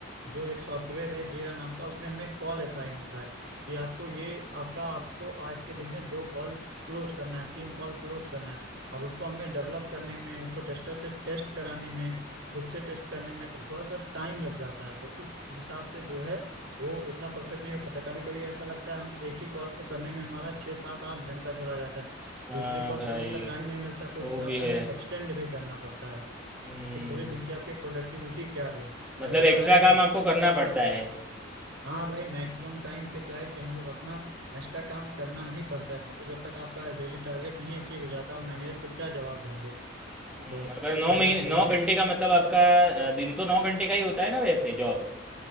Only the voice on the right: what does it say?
जो एक सॉफ्टवेयर है जीरा नाम का उसमें हमें कॉल असाइन होता है कि आपको ये आपका आपको आज के दिन में दो कॉल क्लोज करना है तीन कॉल क्लोज करना है अब उसको हमें डेवलप करने में उसको टेस्टर से टेस्ट कराने में खुद से टेस्ट करने में तो थोड़ा सा टाइम लग जाता है तो उस हिसाब से जो है वो उतना परफेक्ट नहीं हो पाता कभी कभी ऐसा लगता है हम एक ही कॉल को करने में हमारा छः सात आठ घंटा चला जाता है
दूसरे कॉल
करने का टाइम नहीं मिलता तो
उस हिसाब
से
हमें एक्सटेंड भी करना पड़ता है
कि पूरे दिन की आपकी प्रोडक्टिविटी क्या रही
है। ऐसा
है कि
हाँ भाई मैक्सिमम टाइम पे क्या है कि हम लोग अपना एक्स्ट्रा काम करना ही पड़ता है क्योंकि जब तक आपका डेली टारगेट नहीं अचीव हो जाता आप मैनेजर को क्या जवाब दोगे तो
उसके
पहले
आप लीव
नहीं